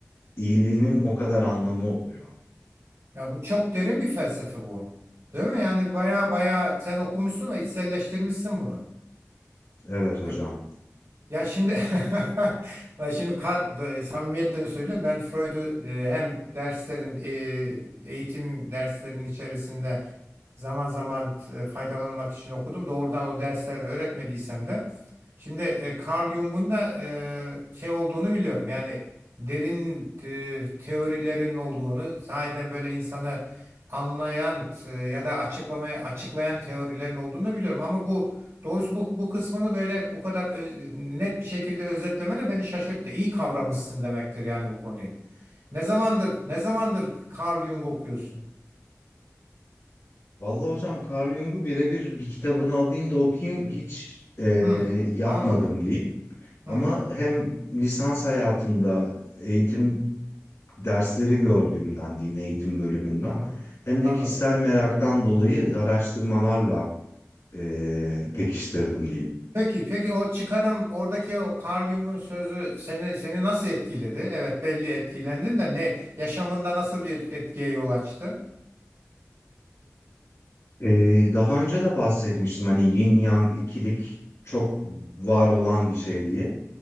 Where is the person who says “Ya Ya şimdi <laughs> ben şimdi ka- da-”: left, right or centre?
Right